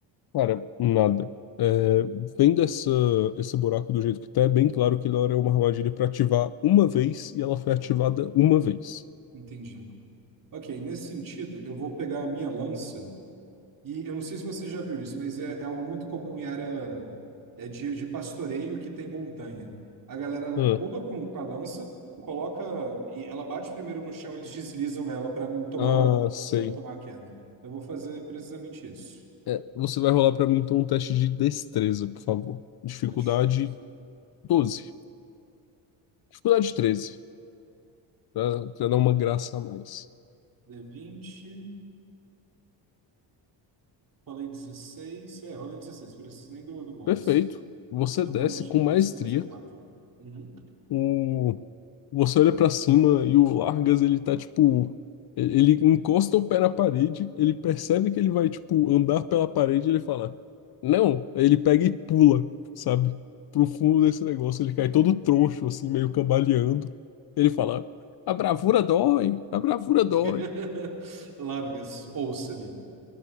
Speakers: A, on the left; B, on the right.
A: Cara, nada. É, vendo essa, esse buraco do jeito que tá, é bem claro que ele era uma armadilha pra ativar uma vez e ela foi ativada uma vez.
B: Entendi. Ok, nesse sentido, eu vou pegar a minha lança e eu não sei se você já viu isso, mas é, é algo muito comum em área é de, de pastoreio que tem montanha. A galera ela
A: Ah,
B: pula com, com a lança, coloca e ela bate primeiro no chão, eles deslizam nela para não tomar
A: ah,
B: o,
A: sei.
B: para não tomar a queda. Eu vou fazer precisamente isso.
A: É, você vai rolar pra mim então um teste de destreza, por favor. Dificuldade
B: Deixa eu ver.
A: 12. Dificuldade 13, pra, pra dar uma graça a mais.
B: D20. Falei 16. É, rolei 16. Preciso nem do, do bônus.
A: Perfeito. Você
B: Meu
A: desce
B: bônus de
A: com
B: destreza
A: maestria
B: é 4. Uhum.
A: o, Você olha pra cima e o Largas, ele tá tipo. Ele encosta o pé na parede, ele percebe que ele vai, tipo, andar pela parede e ele fala: Não! Aí ele pega e pula, sabe? Pro fundo desse negócio. Ele cai todo troncho, assim, meio cambaleando. Ele fala: A bravura dói, a bravura
B: <laughs>
A: dói.
B: Largas, ouça-me.